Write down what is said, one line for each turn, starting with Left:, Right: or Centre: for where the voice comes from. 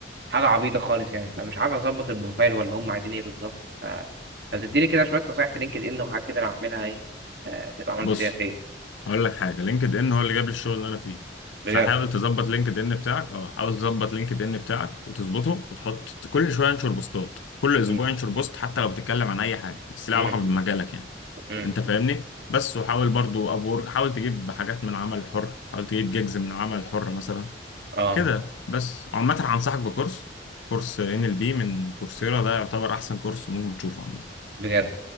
Right: حاجة عبيطة خالص يعني فمش عارف أظبط البروفايل ولا هم عايزين إيه بالظبط فلو تديني كده شوية نصايح في لينكد إن وحاجات كده أنا هعملها إيه آه، تبقى عملت
Left: بص
Right: فيها خير
Left: هقول لك حاجه لينكد ان هو اللي جاب لي الشغل اللي انا فيه
Right: بجد
Left: فحاول تظبط لينكد ان بتاعك اه حاول تظبط لينكد ان بتاعك وتظبطه وتحط كل شويه انشر بوستات كل اسبوع
Right: مم.
Left: انشر بوست حتى لو بتتكلم عن اي حاجه بس ليها
Right: مم.
Left: علاقه بمجالك يعني
Right: مم.
Left: انت فاهمني بس وحاول برضو ابور حاول تجيب حاجات من العمل الحر حاول تجيب جيجز من العمل الحر مثلا
Right: آه
Left: كده بس عامه هنصحك بكورس كورس ان ال بي من كورسيرا ده يعتبر احسن كورس ممكن تشوفه عامه
Right: بجد